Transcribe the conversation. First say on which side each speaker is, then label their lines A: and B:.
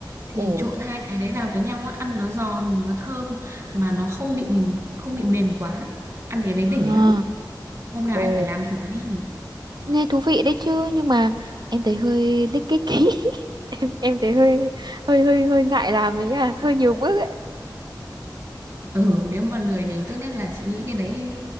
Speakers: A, on the right (about 50°); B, on the right (about 65°).
A: thì
B: ồ
A: trộn hai cái đấy vào với nhau á, ăn nó giòn nó thơm mà nó không bị không bị mềm quá ăn cái đấy đỉnh
B: à
A: lắm hôm nào
B: ồ
A: em phải làm thử đi
B: nghe thú vị đấy chứ nhưng mà em thấy hơi lích kích ý. <laughs> em em thấy hơi hơi hơi hơi ngại làm đấy nhá hơi nhiều bước ấy
A: Ừ, nếu mà lười thì tốt nhất là chị nghĩ cái đấy